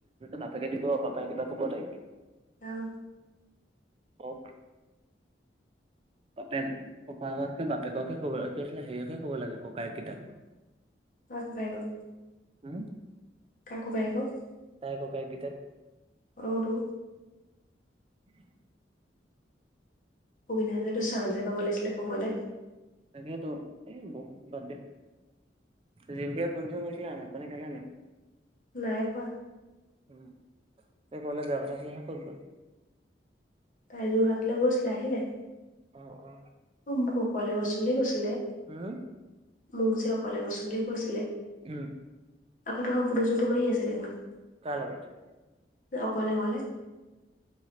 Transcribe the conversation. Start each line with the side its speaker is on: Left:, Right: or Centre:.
Right: বাপেকে দিব পাপায়ে কিবা ক'ব তাইক?
Left: চাও
Right: অ'। বাপেক, ককাকতকৈ বাপেককে ক'ব লাগে, কি আছিলে, সেয়কে ক'ব লাগে ককায়েকেইটাক।
Left: শুকাই গ'ল।
Right: হম?
Left: কাৰ ককায়েকক?
Right: তাইৰ ককায়েকগীতাক।
Left: অ' টো।
Right: উম।
Left: অবিনাশহঁতেটো চান্স হে পাব লাগিছিলে, কবলে।
Right: তাকেতো, এ বহুত, বাদ দে, জিম্পিয়ে ফোন চোন কৰিছিলে নেকি, আগত পানী খালা নাই?
Left: নাই কোৱা।
Right: উম, এই কলেজ যোৱা কথা আছিলে নহয়, ক'ত গ'ল?
Left: তাই যোৰহাটলৈ গৈছিলে, আহিলে।
Right: অ অ
Left: অ' মোক অকলে গছ বুলি কৈছিলে,
Right: উম
Left: মোক যে অকলে গছ বুলি কৈছিলে
Right: উম।
Left: আকৌ দেখুন ফটো- চুটো মাৰি আছে দেখোন।
Right: কাৰ লগত?
Left: অকলে অকলে।